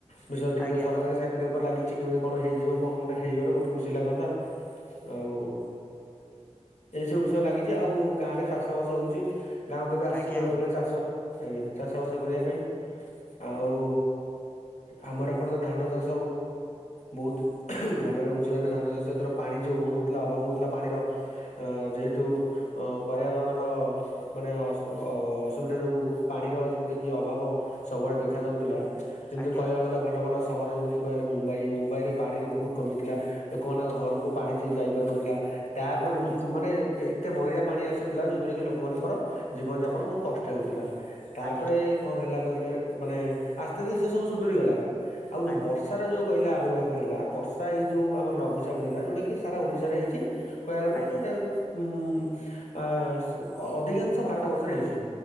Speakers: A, on the left; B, on the left.
A: ବିଷୟରେ ଟିକେ
B: ଆଜ୍ଞା
A: ସରକାରୀ ଚାକିରି ଉପରେ ଲାଗି କିଛି କେମିତି କଣ ହେଇଯିବ କଣ ଗୋଟେ ହେଇଗଲେ ବହୁତ ଖୁସି ଲାଗନ୍ତା ଆଉ ଏଇସବୁ ବିଷୟ ଲାଗିଛି। ଆଉ ଗାଁ ରେ ଚାଷ ବାସ ହଉଚି, ଗାଁକୁ ଏବେ ଆସିଛି
B: ଆଜ୍ଞା
A: ବେଳେ
B: ଆଜ୍ଞା
A: ବେଳେ ଚାଷ ଆଜ୍ଞା। ଚାଷବାସ କରିବା ପାଇଁ ଆଉ ଆମର ଏପଟେ ତ ଧାନ ଚାଷ ବହୁତ ଭଲରେ ହେଉଛି ମାନେ ଧାନ ଚାଷ ଏଥର ପାଣି ଯୋଉ ଅଭାବ ହଉନଥିଲା, ଅଭାବ ହୋଉଥିଲା ପାଣିର, ଯେହେତୁ <unintelligible> ଅସୁବିଧା ଯୋଗୁଁ ପାଣିର ଯେମିତି କି ଅଭାବ ସବୁଆଡ଼େ ଦେଖା ଯାଉଥିଲା, ଯେମିତି
B: ଆଜ୍ଞା
A: କହିବାକୁ ଗଲେ ଭଲ ଭଲ ସହର ଯେମିତି କହିଲେ ମୁମ୍ବାଇ, ମୁମ୍ବାଇ ରେ ପାଣିର ବହୁତ କମିଥିଲା, ଲୋକମାନଙ୍କ ଘରକୁ ପାଣି ଯାଇପାରୁନଥିଲା। ତାପରେ
B: ଆଜ୍ଞା
A: ବହୁତ ମାନେ ଏତେ ମଇଳା ପାଣି ଆସୁଥିଲା, ଯୋଉଥିରେ କି ଲୋକମାନଙ୍କର ଜୀବନ ଯାପନ ବହୁତ କଷ୍ଟ ହେଉଥିଲା। ତାପରେ
B: ଆଜ୍ଞା।
A: କଣ ହେଲା କହିଲେ ମାନେ, ଆସ୍ତେ ଆସ୍ତେ ସେ ସବୁ ସୁଧୁରି ଗଲା। ଆଉ ଯୋଉ
B: ଆଜ୍ଞା
A: ବର୍ଷାର ଯୋଉ, କହିଲେ ଆବିର୍ଭାବ ହେଲା, ବର୍ଷା ଏଇ ଯୋଉ ଆମର ଲଘୁଚାପ ଥିଲା, ଯୋଉଟା କିି ସାରା ଓଶାରେ ହେଇଛି। କହିବା ଗଲେ
B: ଆଜ୍ଞା
A: ଉଁ ଆ ଅଧିକାଂଶ ଭାରତ ବର୍ଷରେ ହେଇଛି।